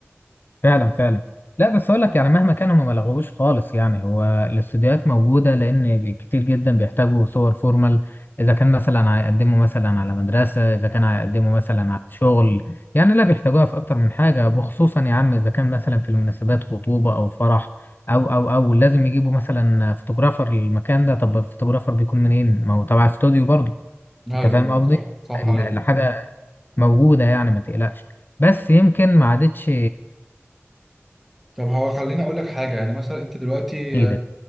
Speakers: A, on the left; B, in the centre.
A: فعلا فعلا لا بس اقول لك يعني مهما كان هم ما لغوش خالص يعني هو الاستوديوهات موجوده لان كتير جدا بيحتاجوا صور فورمال اذا كان مثلا هيقدموا مثلا على مدرسه اذا كان هيقدموا مثلا على شغل يعني لا بيحتاجوها في اكتر من حاجه وخصوصا يا عم اذا كان مثلا في المناسبات خطوبه او فرح او او او لازم يجيبوا مثلا فوتوغرافر للمكان ده طب الفوتوغرافر بيكون منين ما هو تبع استوديو برضه
B: ايوه
A: انت فاهم
B: أيوة،
A: قصدي
B: صح صح
A: ال-
B: ايوه
A: الحاجه موجوده يعني ما تقلقش بس يمكن ما عادتش
B: طب هو خليني اقول لك حاجه يعني مثلا انت دلوقتي
A: جديدة